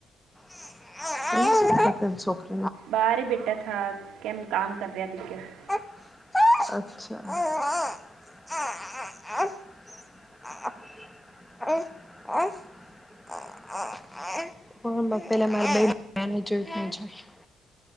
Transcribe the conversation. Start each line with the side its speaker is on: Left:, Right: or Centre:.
Centre: <unintelligible> છોકરી
Right: બારે બેટા થા કેમ કામ કર રહ્યા <unintelligible>
Centre: <unintelligible> હ હ <unintelligible> <unintelligible>